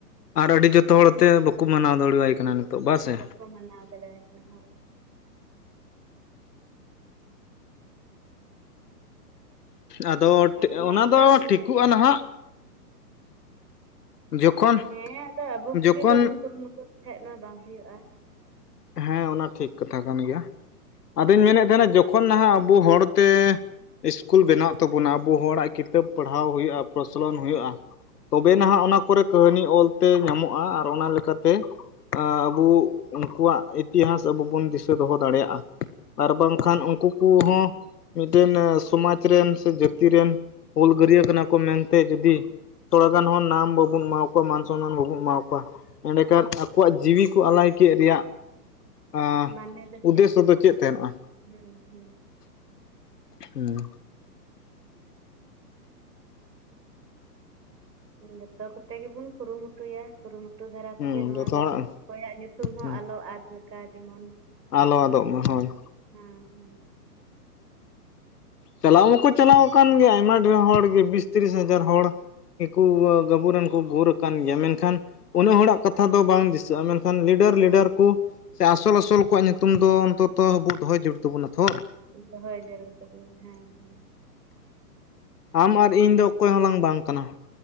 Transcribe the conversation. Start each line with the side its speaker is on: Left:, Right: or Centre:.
Left: ᱟᱨ ᱟᱹᱰᱤ ᱡᱚᱛᱚ ᱦᱚᱲ ᱛᱮ ᱵᱟᱠᱚ ᱢᱟᱱᱟᱣ ᱫᱟᱲᱮᱣᱟᱭ ᱠᱟᱱᱟ ᱱᱤᱛᱚᱜ ᱵᱟ ᱥᱮ ᱾
Right: ᱵᱟᱠᱚ ᱢᱟᱱᱟᱣ ᱫᱟᱲᱮᱭᱟᱭ ᱠᱟᱱᱟ ᱦᱳᱭ ᱾
Left: ᱟᱫᱚ
Right: ᱟᱨ ᱢᱮᱱᱟᱜ
Left: ᱚᱱᱟ
Right: ᱠᱚᱛᱟ
Left: ᱫᱚ
Right: ᱵᱚᱱ
Left: ᱴᱷᱤᱠᱩᱜᱼᱟ
Right: ᱜᱮᱭᱟ
Left: ᱱᱟᱦᱟᱜ ᱡᱚᱠᱷᱚᱱ
Right: ᱦᱮᱸ ᱟᱫᱚ ᱟᱵᱚ ᱠᱚᱜᱮ
Left: ᱡᱚᱠᱷᱚᱱ
Right: ᱵᱟᱵᱚᱱ ᱠᱩᱨᱩᱢᱩᱴᱩ ᱞᱮᱠᱟᱱᱡ ᱢᱟ ᱵᱟᱝ ᱦᱩᱭᱩᱜᱼᱟ ᱾
Left: ᱦᱮᱸ ᱚᱱᱟ ᱴᱷᱤᱠ ᱠᱟᱛᱷᱟ ᱠᱟᱱ ᱜᱮᱭᱟ ᱟᱫᱚᱧ ᱢᱮᱱᱮᱫ ᱛᱟᱦᱮᱱᱟ ᱡᱚᱠᱷᱚᱱ ᱱᱟᱦᱟᱜ ᱟᱵᱚ ᱦᱚᱲᱛᱮ ᱤᱥᱠᱩᱞ ᱵᱮᱱᱟᱜ ᱛᱟᱵᱚᱱᱟ ᱟᱵᱚ ᱦᱚᱲᱟᱜ ᱠᱤᱛᱟᱹᱵ ᱯᱟᱲᱦᱟᱣ ᱦᱩᱭᱩᱜᱼᱟ ᱯᱨᱚᱪᱚᱞᱚᱱ ᱦᱩᱭᱩᱜᱼᱟ, ᱛᱚᱵᱮ ᱱᱟᱦᱟᱸᱜ ᱚᱱᱟ ᱠᱚᱨᱮ ᱠᱟᱹᱦᱱᱤ ᱚᱞᱛᱮ ᱧᱟᱢᱚᱜᱼᱟ, ᱟᱨ ᱚᱱᱟ ᱞᱮᱠᱟᱛᱮ ᱟᱸᱻ ᱟᱵᱩ ᱩᱱᱠᱩᱣᱟᱜ ᱤᱛᱤᱦᱟᱥ ᱟᱵᱚ ᱵᱩᱱ ᱫᱤᱥᱟᱹ ᱫᱚᱦᱚ ᱫᱟᱲᱮᱭᱟᱜᱼᱟ, ᱟᱨ ᱵᱟᱝᱠᱷᱟᱱ ᱩᱱᱠᱩ ᱠᱚᱦᱚᱸ ᱢᱤᱫᱴᱮᱱ ᱥᱚᱢᱟᱡᱽ ᱨᱮᱱ ᱥᱮ ᱡᱟᱹᱛᱤ ᱨᱮᱱ ᱦᱩᱞᱜᱟᱹᱨᱭᱟᱹ ᱠᱟᱱᱟ ᱠᱚ ᱢᱮᱱᱛᱮ ᱡᱚᱫᱤ ᱛᱷᱚᱲᱟ ᱜᱟᱱ ᱦᱚᱸ ᱱᱟᱢ ᱵᱟᱵᱩᱱ ᱮᱢᱟᱣ ᱠᱩᱣᱟ ᱢᱟᱱ ᱥᱚᱱᱢᱟᱱ ᱵᱟᱵᱩᱱ ᱮᱢᱟ ᱠᱩᱣᱟ, ᱮᱸᱰᱮ ᱠᱷᱟᱱ ᱟᱠᱚᱣᱟᱜ ᱡᱤᱣᱤ ᱠᱚ ᱟᱞᱟᱭ ᱠᱮᱫ ᱨᱮᱭᱟᱜ ᱟᱸᱻ
Right: ᱢᱟᱱᱮ ᱫᱚ
Left: ᱩᱫᱽᱫᱮᱥᱥᱚ ᱫᱚ ᱪᱮᱫ ᱛᱟᱦᱮᱱᱚᱜᱼᱟ᱾
Right: ᱦᱩᱸ ᱦᱩᱸ
Left: ᱦᱩᱸ
Right: ᱡᱚᱛᱚ ᱠᱚᱛᱮ ᱜᱮᱵᱩᱱ ᱠᱩᱨᱩᱢᱩᱴᱩᱭᱟ ᱠᱩᱨᱩᱢᱩᱴᱩ ᱠᱩᱨᱩᱢᱩᱴᱩ ᱫᱷᱟᱨᱟ ᱛᱮᱜᱮ
Left: ᱦᱩᱸ
Right: ᱱᱚᱣᱟ
Left: ᱡᱚᱛᱚ
Right: ᱫᱚ
Left: ᱦᱚᱲᱟᱜ
Right: ᱚᱠᱚᱭᱟᱜ ᱧᱩᱛᱩᱢ ᱦᱚᱸ
Left: ᱦᱩᱸ
Right: ᱟᱞᱚ ᱟᱫ ᱞᱮᱠᱟ ᱡᱮᱢᱚᱱ ᱦᱩᱭᱩᱜ
Left: ᱟᱞᱚ
Right: ᱢᱟ
Left: ᱟᱫᱚᱜ ᱦᱳᱭ
Right: ᱾ᱦᱮᱸ ᱦᱮᱸ
Left: ᱪᱟᱞᱟᱣ ᱢᱟᱠᱚ ᱪᱟᱞᱟᱣ ᱟᱠᱟᱱ ᱜᱮᱭᱟ ᱟᱭᱢᱟ ᱰᱷᱮᱨ ᱦᱚᱲᱜᱮ ᱵᱤᱥ ᱛᱤᱨᱤᱥ ᱦᱟᱡᱟᱨ ᱦᱚᱲ, <inaudible> ᱟᱹᱵᱩᱨᱮᱱ ᱠᱚ ᱜᱩᱨ ᱟᱠᱟᱱ ᱜᱮᱭᱟ ᱢᱮᱱᱠᱷᱟᱱ ᱩᱱᱟᱹᱜ ᱦᱚᱲᱟᱜ ᱠᱟᱛᱷᱟ ᱫᱚ ᱵᱟᱝ ᱫᱤᱥᱟᱹᱜᱼᱟ ᱢᱮᱱᱠᱷᱟᱱ ᱞᱤᱰᱟᱨ ᱞᱤᱰᱟᱨ ᱠᱚ ᱥᱮ ᱟᱥᱚᱞ ᱟᱥᱚᱞ ᱠᱚᱣᱟᱜ ᱧᱩᱛᱩᱢ ᱫᱚ ᱚᱱᱛᱚᱛᱚ ᱟᱵᱳᱣᱟᱜ ᱫᱚᱦᱭ ᱡᱟᱹᱨᱩᱲ ᱛᱟᱵᱚᱱᱟ ᱛᱷᱚ᱾
Right: ᱫᱚᱦᱚᱭ ᱡᱟᱹᱨᱩᱲ ᱛᱟᱵᱚᱱᱟ᱾ ᱦᱮᱸ ᱦᱮᱸ,
Left: ᱟᱢ ᱟᱨ ᱤᱧ ᱫᱚ ᱚᱠᱚᱭ ᱦᱚᱸᱞᱟᱝ ᱵᱟᱝ ᱠᱟᱱᱟ